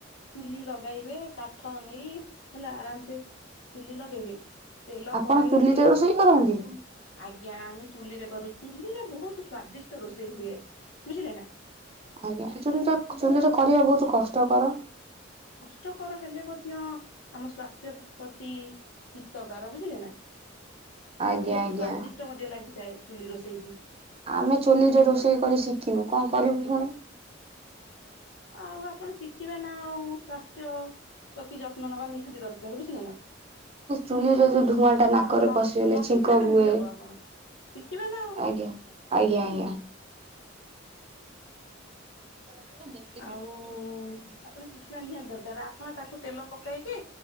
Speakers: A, on the left; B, on the right.
A: ଚୁଲି ଲଗାଇବେ କାଠ ନେଇ ହେଲା ଆରାମ ସେ ଚୁଲି ଲଗେଇବେ ତେଲ
B: ଆପଣ
A: କଡ଼ାଇରେ
B: ଚୁଲିରେ ରୋଷେଇ କରନ୍ତି?
A: ଆଜ୍ଞା ଆମେ ଚୁଲି ରେ କରୁ ଚୁଲି ରେ ବହୁତ ସ୍ଵାଦିଷ୍ଟ ରୋଷେଇ ହୁଏ ବୁଝିଲେ ନାଁ।
B: ଆଜ୍ଞା ଚୁ ଚୁଲିରେ କରିବା ବହୁତ କଷ୍ଟକର
A: କଷ୍ଟକର ହେଲେ ମଧ୍ୟ ଆମ ସ୍ଵାସ୍ଥ୍ୟ ପ୍ରତି ହିତକାର ବୁଝ ବୁଝିଲେ ନାଁ ଆଉ
B: ଆଜ୍ଞା
A: ବହୁତ
B: ଆଜ୍ଞା।
A: ସ୍ଵାଦିଷ୍ଟ ମଧ୍ୟ ଲାଗିଥାଏ ଚୁଲି ରୋଷେଇ
B: ଆମେ ଚୁଲି ରେ ରୋଷେଇ କରି ଶିଖିନୁ କଣ କରିବୁ ପୁଣି
A: ଆଉ ଆପଣ ଶିଖିବେ ନାଁ ଆଉ ସ୍ଵାସ୍ଥ୍ୟ ପ୍ରତି ଯତ୍ନ ନେବା ନିହାତି ଦରକାର ବୁଝିଲେ ନା
B: ଚୁଲିରେ ଯୋଉଁ ଧୂଆଁ ଟା ନାକରେ
A: ଆଉ ନ
B: ପଶିଗଲେ
A: ନ
B: ଛିଙ୍କ
A: ଶିଖିଲେ କେମିତି
B: ହୁଏ
A: ହବ ଆପଣ। ଶିଖିବେ ନା ଆଉ
B: ଆଜ୍ଞା ଆଜ୍ଞା ଆଜ୍ଞା ଖେ
A: ଆଉ
B: <inaudible>
A: ଆପଣ ଶିଖିବା ନିହାତି ଦରକାର ଆପଣ ତାକୁ ତେଲ ପକାଇକି